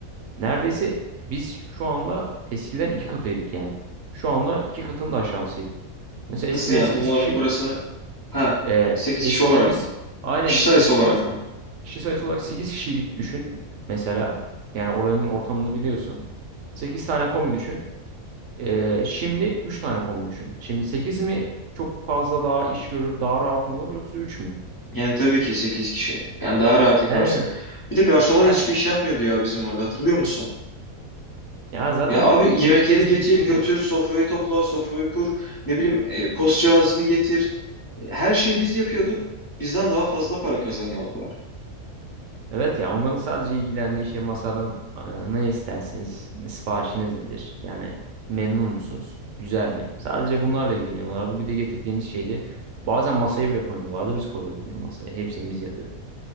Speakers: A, on the right; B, on the left.
A: Neredeyse biz şu anda eskiden iki katıydık yani. Şu anda iki katının da aşağısıydık. Mesela
B: Nasıl
A: eskiden
B: yani
A: 8
B: tam olarak
A: kişi,
B: orasını? Ha
A: e,
B: 8
A: eskiden
B: kişi olarak
A: biz
B: mı?
A: aynen
B: Kişi sayısı
A: eskiden
B: olarak mı?
A: kişi sayısı olarak sekiz kişiydik düşün mesela. Yani oranın ortamını biliyorsun. 8 tane komi düşün. Ee, şimdi 3 tane komu düşün. Şimdi 8 mi çok fazla daha iş görür, daha rahat mı olur yoksa 3 mü?
B: Yani tabii ki 8 kişi. Yani daha rahat yaparsın.
A: Yani
B: Bir de garsonlar
A: ben-
B: hiçbir iş yapmıyordu ya bizim orada hatırlıyor musun?
A: ya zaten
B: Ya abi
A: ikinci
B: yemekleri
A: kez
B: getir,
A: gidişimde
B: götür, sofrayı topla, sofrayı kur, ne bileyim e, post cihazını getir. Her şeyi biz yapıyorduk. Bizden daha fazla para kazanıyordular.
A: evet ya onların sadece ilgilendiği şey masadan e, ne istersiniz, siparişiniz nedir? Yani memnun musunuz? Güzel mi? Sadece bunlarla ilgileniyorlardı. Bir de getirdiğimiz şeydi. Bazen masaya bile koymuyorlardı. Biz koyuyorduk ya masaya. Hepsini biz yapıyorduk.